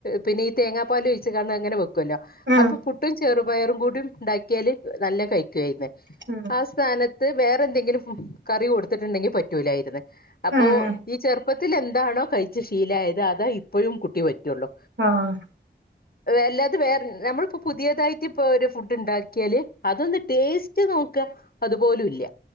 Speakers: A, on the left; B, on the right.
A: പിന്നെഈ തേങ്ങാ പാൽ ഒഴിച്ച് കാണ അങ്ങനെ വെക്കുമല്ലോ
B: ആഹ്
A: അപ്പൊ പുട്ടും ചെറുപയറും കൂടും ഉണ്ടാക്കിയാല് നല്ല കഴിക്കുവായിന്നെ
B: ആഹ്
A: ആ സ്ഥാനത്ത് ത്ത് വേറെന്തെങ്കിലും കറി കൊടുത്തിട്ടുണ്ടെങ്കിൽ പറ്റൂലായിരുന്നു അപ്പോ
B: ആഹ്
A: ഈ ചെ റുപ്പത്തിൽ എന്താണോ കഴിച്ച് ശീലായത് അതാ ഇപ്പഴും കുട്ടി പറ്റുള്ളൂ
B: ആഹ്
A: അല്ലാതെ വേറെ നമ്മളിപ്പോൊ പുതിയതായിട്ട് ഇപ്പൊ ഒരു ഫുഡ് ഉണ്ടാക്കിയാല് അതൊന്ന് ടേസ്റ്റ് നോക്ക അത്പോലും ഇല്ല